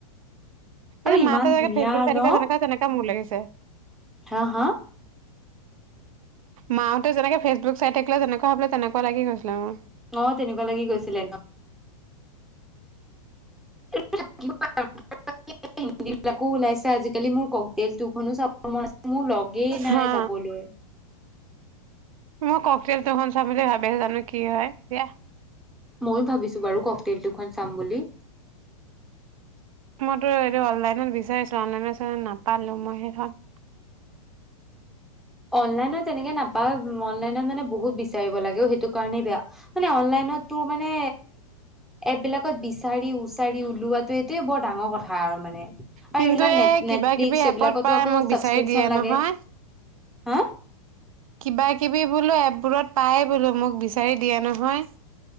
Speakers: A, in the centre; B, on the right.
A: আৰু
B: এ
A: ইমান
B: মাতে যেনেকা
A: ধুনীয়া
B: ফেচবুচনো
A: ন
B: যেনেকা তেনেকা মোৰ লাগিছে। <inaudible>
A: হা হা।
B: মাহ'তে যেনেকে ফেচবুক চাই থাকিলে যেনেকুৱা ভাবিলে তেনেকুৱা লাগি গৈছিলে মোৰ।
A: অ তেনেকুৱা লাগি গৈছিলে <unintelligible> হিন্দী বিলাকো ওলাইছে আজিকালি মোৰ ককটেল টোখনো চাব মন আছে মোৰ লগেই নাই
B: হা
A: যাবলৈ।
B: মই ককটেল টু খন চাম বুলি ভাবি আছো জানো কি হয়, দিয়া।
A: ময়ো ভাবিছো বাৰু ককটল টু খন চাম বুলি।
B: মইতো এইটো অনলাইনত বিচাৰিছিলো অনলাইন নাপালো মই সেইখন
A: অনলাইনত এনেকে নাপাঅ অনলাইনত মানে বহুত বিচাৰিব লাগে সেইটো কাৰণে বেয়া মানে অনলাইনত তোৰ মানে এপ বিলাকত বিচাৰি উচাৰি উওলোৱাটো এইটোয়ে বৰ ডাঙৰ কথা। আৰু মানে। আৰু
B: কিন্তু
A: এইবিলাক নেট
B: এ কিবা
A: নেটফ্লিক্স
B: কিবি
A: এইবিলাকতো
B: এপত পাই
A: আকৌ
B: মোক
A: ছাবস্ক্ৰিপচন
B: বিচাৰি দিয়ে
A: লাগে
B: নহয়।
A: হা
B: কিবা কিবি বোলো এপবোৰত পায় বোলো মোক বিচাৰি দিয়া নহয়।